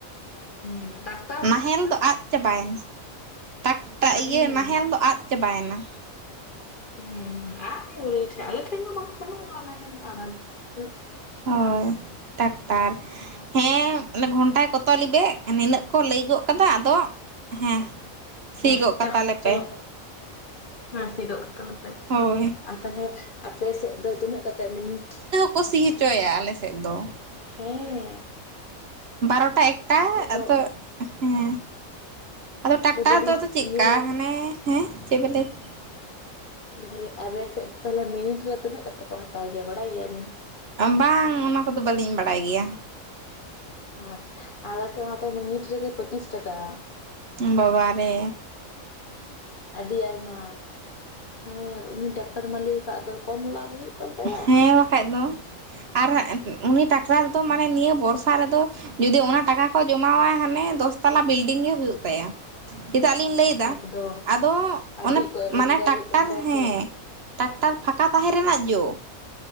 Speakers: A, on the left; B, on the right.
A: ᱦᱮᱸ ᱴᱟᱠᱴᱟ <unintelligible>
B: ᱱᱟᱦᱮᱞ ᱫᱚ ᱟᱫ ᱪᱟᱵᱟᱭᱮᱱᱟ᱾ ᱴᱟᱠᱴᱟ
A: ᱦᱮᱸ
B: ᱤᱭᱟᱹ ᱱᱟᱦᱮᱞ ᱫᱚ ᱟᱫ ᱪᱟᱵᱟᱭᱮᱱᱟ᱾
A: ᱦᱩᱸ, ᱦᱩᱸ ᱟᱜ ᱴᱷᱩᱲᱤ ᱴᱷᱮᱜ <unintelligible> ᱟᱞᱮ ᱴᱷᱮᱱ ᱦᱚᱸ ᱵᱟᱹᱱᱩᱜᱼᱟ ᱚᱱᱟ ᱨᱮᱱ <unintelligible>
B: ᱦᱳᱭ ᱴᱟᱠᱴᱟᱨ᱾ ᱦᱮᱸ ᱮᱱᱮ ᱜᱷᱚᱱᱴᱟᱭ ᱠᱚᱛᱚ ᱞᱤᱵᱮ, ᱱᱤᱱᱟᱹᱜ ᱠᱚ ᱞᱟᱹᱭ ᱜᱚᱫ ᱠᱟᱫᱟ᱾ ᱟᱫᱚᱼᱼ ᱦᱮᱸ, ᱥᱤ
A: ᱦᱮᱸ
B: ᱜᱚᱜ ᱠᱟᱛᱟᱞᱮ
A: ᱪᱚ ᱪᱚᱞᱚ
B: ᱯᱮ᱾
A: ᱦᱮᱸ ᱥᱤ ᱜᱚᱜ ᱠᱟᱛᱟᱞᱮᱯᱮ
B: ᱦᱳᱭ
A: ᱾ ᱟᱨ ᱛᱟᱦᱚᱞᱮ ᱟᱯᱮ ᱥᱮᱫ ᱫᱚ ᱛᱤᱱᱟᱹᱜ ᱠᱟᱛᱮ ᱢᱤᱱᱤᱴ?
B: ᱠᱩ ᱥᱤ ᱦᱚᱪᱚᱭᱟ ᱟᱞᱮ ᱥᱮᱫ ᱫᱚ᱾
A: ᱦᱮᱸᱻ
B: ᱵᱟᱨᱚ ᱴᱟ, ᱮᱠᱴᱟ
A: ᱫᱚ
B: ᱟᱫᱚ ᱦᱮᱸ᱾ ᱟᱫᱚ ᱴᱟᱠᱴᱟᱨ
A: ᱞᱟᱹᱭ ᱫᱟᱞᱤᱧ
B: ᱫᱚ ᱟᱫᱚ ᱪᱮᱫᱠᱟ
A: ᱤᱭᱟᱹ
B: ᱦᱟᱱᱮ ᱦᱮᱸ, ᱪᱮᱫ ᱵᱮ ᱞᱟᱹᱭᱫᱟ?
A: ᱞᱟᱹᱭ ᱫᱟᱞᱤᱧ, ᱟᱵᱤᱱ ᱥᱮᱫ ᱫᱚ ᱛᱟᱞᱦᱮ ᱢᱤᱱᱤᱴ ᱨᱮ ᱛᱤᱱᱟᱹᱜ ᱠᱟᱛᱮᱫ ᱠᱚ ᱦᱟᱛᱟᱣ ᱜᱮᱭᱟ ᱵᱟᱲᱟᱭ ᱜᱮᱭᱟ ᱵᱮᱱ?
B: ᱵᱟᱝ ᱚᱱᱟ ᱠᱚᱫᱚ ᱵᱟᱹᱞᱤᱧ ᱵᱟᱲᱟᱭ ᱜᱮᱭᱟ᱾
A: ᱟᱨ ᱟᱞᱮ ᱥᱮᱫ ᱢᱟᱛᱚ ᱢᱤᱱᱤᱴ ᱨᱮᱜᱮ ᱯᱚᱸᱪᱤᱥ ᱴᱟᱠᱟ᱾
B: ᱵᱟᱵᱟ ᱨᱮ᱾
A: ᱟᱹᱰᱤ ᱟᱭᱢᱟ᱾ ᱦᱮᱸ ᱩᱱᱤ ᱴᱟᱠᱴᱟᱨ ᱢᱟᱞᱤᱠᱟᱜ ᱫᱚ ᱠᱚᱢ ᱞᱟᱵᱷ ᱦᱩᱭᱩᱜ ᱠᱟᱱ ᱛᱟᱭᱟ᱾
B: ᱦᱮᱸ ᱵᱟᱠᱷᱟᱡ ᱫᱚ, ᱟᱨ ᱩᱱᱤ ᱴᱟᱠᱴᱟᱨ ᱫᱚ ᱢᱟᱱᱮ ᱱᱤᱭᱟᱹ ᱵᱚᱨᱥᱟ ᱨᱮᱫᱚᱼᱼ ᱡᱩᱫᱤ ᱚᱱᱟ ᱴᱟᱠᱟ ᱠᱚ ᱡᱚᱢᱟᱣᱟᱭ ᱦᱟᱱᱮ ᱫᱚᱥ ᱛᱟᱞᱟ ᱵᱤᱞᱰᱤᱝ ᱜᱮ ᱦᱩᱭᱩᱜ ᱛᱟᱭᱟ᱾ ᱪᱮᱫᱟᱜ ᱞᱤᱧ ᱞᱟᱹᱭᱼᱼ ᱫᱟ᱾
A: ᱮᱠᱫᱚᱢ
B: ᱟᱫᱚ
A: ᱟᱹᱰᱤ
B: ᱚᱱᱮ
A: ᱚᱠᱚᱡ ᱨᱳᱡᱽᱜᱟᱨ
B: ᱢᱟᱱᱮ ᱴᱟᱠᱴᱟᱨ
A: ᱦᱩᱭᱩᱜ ᱠᱟᱱ ᱛᱟᱭᱟ
B: ᱦᱮᱸ᱾
A: ᱥᱮ
B: ᱴᱟᱠᱴᱟᱨ ᱯᱷᱟᱸᱠᱟ ᱛᱟᱦᱮᱸ ᱨᱮᱱᱟᱜ ᱡᱳᱼᱼ